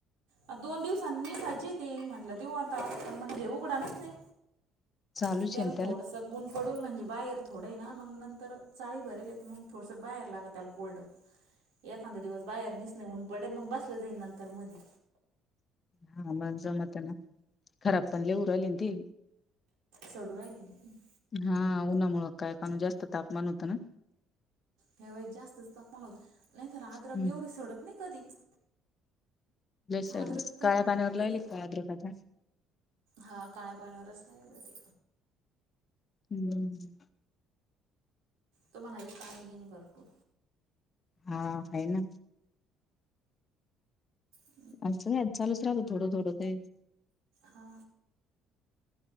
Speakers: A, on the right; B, on the left.
A: आ दोन दिवसांनीी साजेेत म्हणलं देऊ आता पण मग हे उघडाानच नाही.
B: चालूच
A: आणि त्याला
B: आहे ना
A: थोडस गन पडून म्हणजे बाहेर. थोड ना मग नंतर चाळी भरल मग थोडस बार लागत कोल्ड. एखादा दिवस बाहेर निस नाही उऊन पड्या मग बसल्या जाईन नंतर मध.
B: हा मण जमत ना खराब पणले उरली त.
A: सोडू राहिले त.
B: हा उन्हामुळ काय काण जास्त तापमान होतं ना.
A: ह्यावेस जास्तच तापमान होत नाहीतर आद्रक
B: हम्म,
A: एवढी सडत नाही कधीच.
B: सल
A: अद्रक पण
B: काळे्या पाणीवररलायल
A: किती
B: काय्रे पदा.
A: हा काय पाण्यावरच नाही हो.
B: हम्म.
A: तुम्हाला एक पाणी घेणे भरपूर.
B: हा आहे ना.
A: ह.
B: असं का चालूच राहत थोडं थोडं ते.
A: हा.